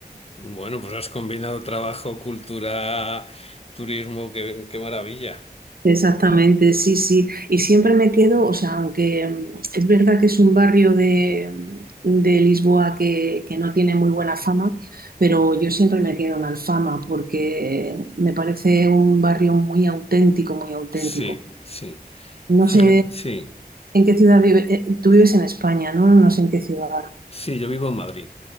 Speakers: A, on the left; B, on the right.
A: Bueno, pues has combinado trabajo, cultura, turismo, qué, qué maravilla.
B: Exactamente, sí, sí. Y siempre me quedo, o sea, aunque mm, es verdad que es un barrio de, mm, de Lisboa que, que no tiene muy buena fama, pero yo siempre me quedo en Alfama porque me parece un barrio muy auténtico, muy auténtico.
A: Sí, sí. Fíjate,
B: No sé
A: sí.
B: en qué ciudad vive, eh, tú vives en España, ¿no? No sé en qué ciudad
A: Sí, yo vivo en Madrid.